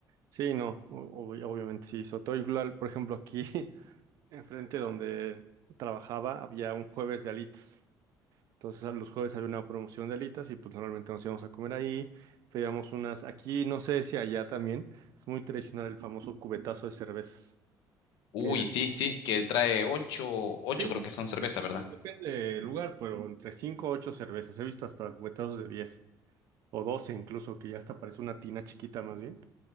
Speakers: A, on the right; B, on the left.
A: Sí, no, o- ob- obviamente sí. Sobre todo igual, por ejemplo, aquí <laughs> enfrente donde trabajaba había un jueves de alitas. Entonces, a los jueves había una promoción de alitas y pues normalmente nos íbamos a comer ahí. Pedíamos unas, aquí no sé si allá también, es muy tradicional el famoso cubetazo de cervezas,
B: Uy,
A: que es...
B: sí, sí, que trae ocho, ocho
A: Sí,
B: creo que son cervezas,
A: depende,
B: ¿verdad?
A: depende del lugar, pero entre 5 o 8 cervezas. He visto hasta cubetazos de 10 o 12 incluso, que ya hasta parece una tina chiquita más bien.